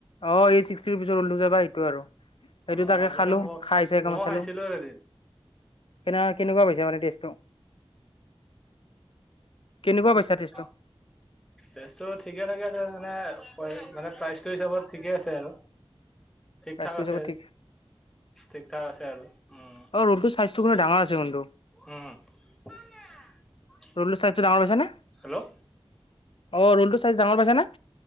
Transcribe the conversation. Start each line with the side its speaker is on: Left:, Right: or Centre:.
Left: অ এই ছিক্টিৰ ৰুপ্পিছৰ ৰলটো যে পাই এইটো আৰু। সেইটো
Centre: অ
Left: তাকে
Centre: দাদা
Left: খালো
Centre: মই
Left: খাই চাই অকমান
Centre: ময়
Left: চালো
Centre: খাইছিলো এদিন। <inaudible>
Left: কেনে কেনেকুৱা পাইছা মানে টেষ্টটো কেনেকুৱা পাইছা টেষ্টটো?
Centre: অ টেষ্টটো ঠিকে থাকে আছে মানে মানে প্ৰাইচটো হিচাপত ঠিকে আছে আৰু। ঠিক
Left: প্ৰাইচটো
Centre: ঠাক আছে
Left: চবে ঠিক
Centre: ঠিক ঠাক আছে আৰু উম।
Left: অ <unintelligible> ডাঙৰ আছে কিন্তূ
Centre: উম <unintelligible>
Left: ৰলটো ছাইজটো দাঙৰ হৈছেনে?
Centre: হেল্ল'
Left: অ ৰোল টো চাইজ ডাঙৰ পাইছ না?